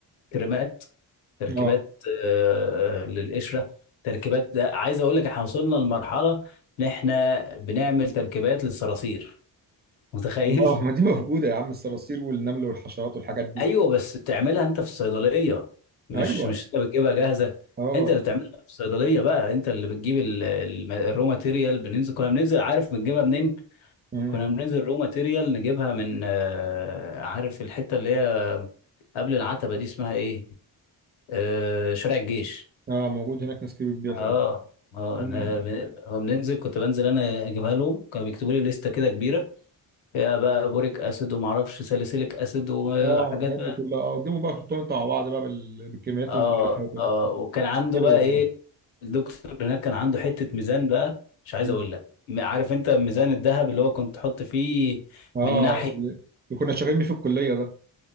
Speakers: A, on the left; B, on the right.
A: كريمات تركيبات
B: اه
A: آه، للقشره تركيبات ده عايز اقول لك احنا وصلنا لمرحله ان احنا بنعمل تركيبات للصراصير متخيل
B: اه ما دي موجوده يا عم الصراصير والنمل والحشرات والحاجات
A: <laughs>
B: دي
A: ايوه بس تعملها انت في الصيدليه مش
B: ايوه
A: مش انت بتجيبها جاهزه
B: اه
A: انت اللي بتعملها في الصيدليه بقى انت اللي بتجيب ال- ال- الرو ماتيريال بننزل كنا بننزل عارف بنجيبها منين
B: مم.
A: كنا بننزل رو ماتيريال نجيبها من آه، عارف الحته اللي هي قبل العتبه دي اسمها ايه آه، شارع الجيش
B: اه موجود هناك ناس كتير بتبيع
A: اه
B: فعلا
A: اه
B: مم.
A: انا لما بننزل كنت بنزل انا اجيبها لهم كانوا بيكتبوا لي لستة كده كبيرة فيها بقى بوريك اسيد وما اعرفش ساليسيليك اسيد وحاجات
B: اه الحاجات
A: بقى
B: دي كلها اه قدموا بقى حطهم انتوا مع بعض بقى بال- بالكميات
A: اه
B: اللي انت عارفها وكده
A: اه وكان عنده
B: حلو
A: بقى
B: والله
A: ايه الدكتور هناك كان عنده حتة ميزان بقى مش عايز
B: مم.
A: اقول لك م- عارف انت ميزان الذهب اللي هو كنت تحط فيه
B: اه
A: من ناحية
B: اللي كنا شغالين بيه في الكليه ده